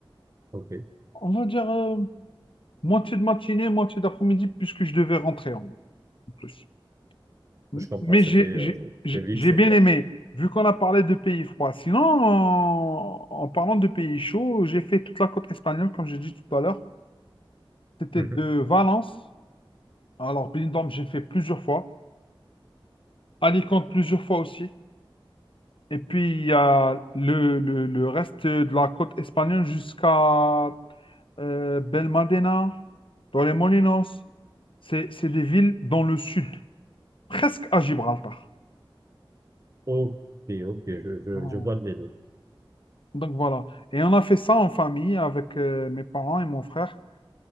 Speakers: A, on the right; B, on the left.
A: Ok,
B: On va dire euh, moitié de matinée, moitié d'après-midi, puisque je devais rentrer en en plus. M-
A: je comprends,
B: Mais
A: c'était
B: j'ai
A: euh,
B: j'ai- j'ai-
A: le lead,
B: j'ai
A: c'est
B: bien
A: quoi?
B: aimé, vu qu'on a parlé de pays froids. Sinon, en, en parlant de pays chauds, j'ai fait toute la côte espagnole, comme j'ai dit tout à l'heure. C'était
A: Mhm.
B: de Valence. Alors, Benidorm, j'ai fait plusieurs fois. Alicante, plusieurs fois aussi. Et puis, il y a le, le- le reste de la côte espagnole jusqu'à euh, Belmadena, dans les Molinos. C'est, c'est des villes dans le sud, presque à Gibraltar.
A: Ok, ok, je, je,
B: Oh.
A: je vois le délire.
B: Donc voilà. Et on a fait ça en famille avec euh, mes parents et mon frère